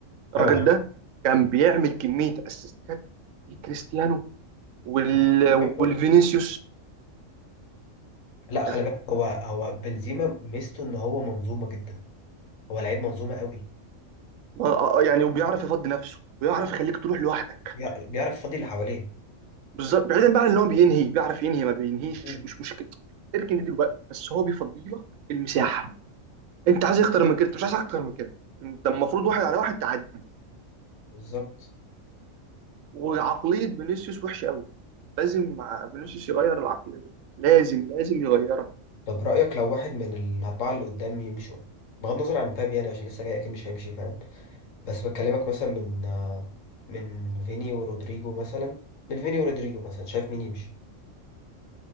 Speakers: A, on the left (about 75°); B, on the right (about 80°).
A: طبعا
B: الراجل ده كان بيعمل كميه اسيستات لكريستيانو وال...
A: أيوة طبعا
B: والفينيسيوس
A: لا خلي
B: يعني،
A: بالك هو هو بنزيما ميزته ان هو منظومة جدا هو لعيب منظومة قوي
B: آه، آه، يعني وبيعرف يفضي نفسه ويعرف يخليك تروح لوحدك
A: بيعرف بيعرف يفضي اللي حواليه
B: بالظبط بعيدا بقى عن ان هو بينهي بيعرف ينهي ما بينهيش
A: مم.
B: مش مشكله اركن دي دلوقتي بس هو بيفضي لك المساحه
A: صح
B: انت عايز اكتر من كده انت مش عايز اكتر من كده انت المفروض واحد على واحد تعدي
A: بالظبط
B: وعقليه فينيسيوس وحشه قوي لازم مع- فينيسيوس يغير العقليه لازم لازم يغيرها
A: طب رأيك لو واحد من الأربعة اللي قدامي يمشوا بغض النظر عن مبابي يعني عشان لسه جاي أكيد مش هيمشي فاهم بس بكلمك مثلا من آه، من فيني ورودريجو مثلا من فيني ورودريجو مثلا شايف مين يمشي